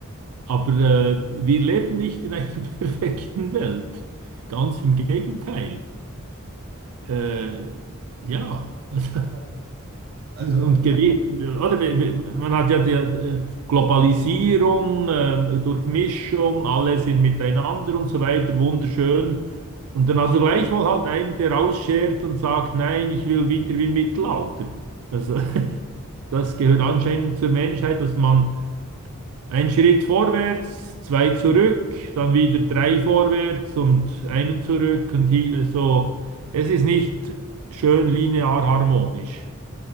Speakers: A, on the right; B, on the right.
A: Aber äh, wir leben nicht in einer <laughs> perfekten Welt. Ganz im Gegenteil. Äh, ja, also,
B: Das kann man. Also
A: Und gewi- oder? wir- wir- Man hat ja die äh, Globalisierung, ähm, Durchmischung, alle sind miteinander und so weiter, wunderschön. Und dann also gleichwohl halt einer, der rausschert und sagt, nein, ich will wieder wie im Mittelalter. Also, <laughs> das gehört anscheinend zur Menschheit, dass man einen Schritt vorwärts, zwei zurück, dann wieder drei vorwärts und einen zurück und hier, so. Es ist nicht schön linear harmonisch.